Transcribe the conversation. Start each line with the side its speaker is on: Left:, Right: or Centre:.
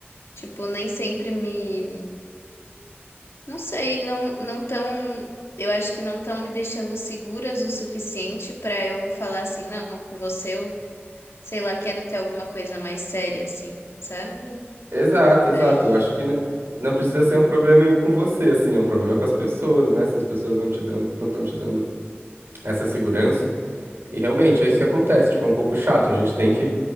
Left: tipo, nem sempre me. Não sei, não, não tão. Eu acho que não estão me deixando seguras o suficiente pra eu falar assim, não, com você eu, sei lá, quero ter alguma coisa mais séria, assim, sabe?
Right: Exato, exato.
Left: Aí.
Right: Eu acho que n- não precisa ser um problema em- com você, assim, é um problema com as pessoas, né? Se as pessoas não te dão, não estão te dando essa segurança. E realmente é isso que acontece, tipo, é um pouco chato. A gente tem que